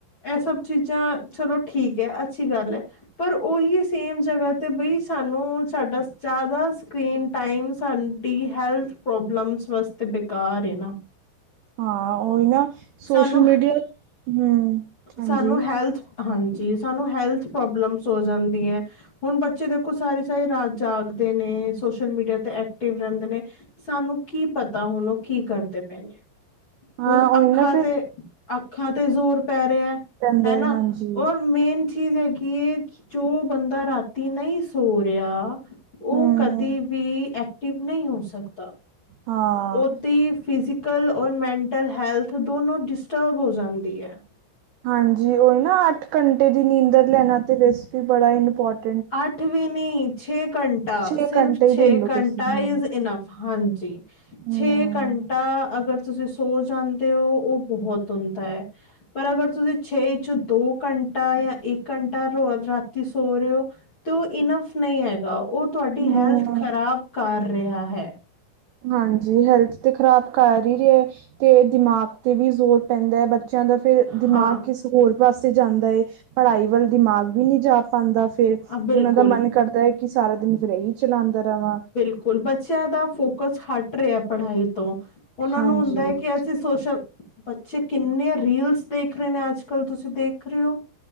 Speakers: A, on the left; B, on the right.
A: ਇਹ ਸਭ ਚੀਜ਼ਾਂ ਚਲੋ ਠੀਕ ਹੈ ਅੱਛੀ ਗੱਲ ਹੈ ਪਰ ਉਹੀ ਸੇਮ ਜਗ੍ਹਾ ਤੇ ਬਈ। ਸਾਨੂੰ ਸਾਡਾ ਜ਼ਿਆਦਾ ਸਕਰੀਨ ਟਾਈਮ ਸਾਡੀ ਹੈਲਥ ਪ੍ਰੋਬਲਮਸ ਵਾਸਤੇ ਬ। ਘਰ ਹੈ ਨਾ।
B: ਹਾਂ ਉਹਹੀ ਨਾ ਸੋਸ਼ਲ
A: ਸਾਨੂੰ
B: ਮੀਡੀਆ ਹਮ ਹਾਜੀ।
A: ਸਾਨੂੰ ਹੈਲਥ ਹਾਂਜੀ। ਸਾਨੂੰ ਹੈਲਥ ਪ੍ਰੋਬਲਮਸ ਹੋ ਜਾਂਦੀਆਂ। ਹੁਣ ਬੱਚੇ ਦੇਖੋ ਸਾਰੀ ਸਾਰੀ ਰਾਤ ਜਾਗਦੇ ਨੇ। ਸੋਸ਼ਲ ਮੀਡੀਆ ਤੇ ਐਕਟਿਵ ਰਹਿੰਦੇ ਨੇ। ਸਾਨੂੰ ਕੀ ਪਤਾ। ਹੁਣ ਉਹ ਕੀ ਕਰਦੇ ਪਏ ਨੇ।
B: ਹਾਂ।
A: ਹੁਣ
B: ਉਹੀ
A: ਅੱਖਾਂ
B: ਨਾ ਫਿਰ
A: ਤੇ ਅੱਖਾਂ ਤੇ ਜ਼ੋਰ ਪੈ ਰਿ--ਹਾ
B: ਪੈਂਦਾ
A: ਹਨਾ
B: ਹੈ ਹਾਂਜੀ
A: ਰ ਮੇਨ ਚੀਜ਼ ਹੈਗੀ ਜੋ ਬੰਦਾ ਰਾਤੀ ਨਹੀਂ ਸੋ ਰਿਹਾ। ਉਹ
B: ਹਮ
A: ਕਦੇ ਵੀ ਐਕਟਿਵ ਨਹੀਂ ਹੋ ਸਕਦਾ
B: ਹਾਂ
A: ਓਦੀ ਫਿਜ਼ਕਲ ਔਰ ਮੈਂਟਲ ਹੈਲਥ ਦੋਨੋ ਡਿਸਟਰਬ ਹੋ ਜਾਂਦੀ ਹੈ।
B: ਹਾਂਜੀ ਹੀ ਨਾ ਅੱਠ ਘੰਟੇ ਦੀ ਨੀਂਦਰ ਲੈਣਾ ਤੇ ਵੈਸ ਵੀ ਬੜਾ ਹੀ ਇੰਪੋਰਟ
A: ਅੱਠ ਵੀ ਨੀ ਛੇ ਘੰਟਾ
B: ਛੇ
A: ਸਿਰਫ
B: ਘੰਟੇ ਹੀ
A: ਛੇ
B: ਲੈ ਲਓ
A: ਘੰਟਾ
B: ਤੁਸੀਂ ਹਮ
A: ਇਜ਼ ਇਨਫ ਹਾਂਜੀ
B: ਹਮ
A: ਛੇ ਘੰਟਾ ਅਗਰ ਤੁਸੀਂ ਸੋ ਜਾਂਦੇ ਹੋ ਉਹ ਬਹੁਤ ਹੁੰਦਾ ਹੈ ਪਰ ਅਗਰ ਤੁਸੀਂ ਛੇ ਚ ਦੋ ਘੰਟਾ ਜਾਂ ਇੱਕ ਘੰਟਾ ਰੋ ਰਾਤੀ ਸੋ ਰਹੇ ਹੋ ਤੇ ਉਹ ਇਨਫ ਨਹੀਂ ਹੈਗਾ। ਉਹ ਤੁਹਾਡੀ
B: ਹਮ
A: ਹੈਲਥ ਖ਼ਰਾਬ ਕਰ ਰਿਹਾ ਹੈ
B: ਹਾਂਜੀ ਹੈਲਥ ਤੇ ਖ਼ਰਾਬ ਕਰ ਹੀ ਰਿਹਾ ਤੇ ਦਿਮਾਗ ਤੇ ਵੀ ਜ਼ੋਰ ਪੈਂਦਾ ਹੈ ਬ ਬੱਚਿਆਂ ਦਾ ਫੇਿਰ ਦਿਮਾਗ
A: ਹਾਂ
B: ਕਿਸੇ ਹੋਰ ਪਾਸੇ ਜਾਂਦਾ ਹੈ ਪੜ੍ਹਾਈ ਵੱਲ ਦਿਮਾਗ ਵੀ ਨਹੀਂੀ ਜਾ ਪਾਉਂਦਾ। ਫੇਿਰ ਕਿ
A: ਅ ਬਿਲਕੁਲ
B: ਉਹਨਾਂ ਦਾ ਮਨ ਕਰਦਾ ਹੈ ਕਿ ਸਾਰਾ ਦਿਨ ਫੇਿਰ ਇਹੀ ਚਲਾਉਂਦਾ ਰਵਾਂ।
A: ਬਿਲਕੁਲ ਬੱਚਿਆਂ ਦਾ ਫੋਕਸ ਹਟ ਰਿਹਾ ਪੜ੍ਹਾਈ ਤੋਂ। ਉਹਨਾਂ
B: ਹਾਂਜੀ
A: ਨੂੰ ਹੁੰਦਾ ਹੈ ਕਿ ਅਸੀਂ ਸੋਸ਼ਲ ਬੱਚੇ ਕਿੰਨੇ ਰੀਲਸ ਦੇਖ ਰਹੇ ਨੇ ਅੱਜ ਕੱਲ੍ਹ ਤੁਸੀਂ ਦੇਖ ਰਹੇ ਹੋ।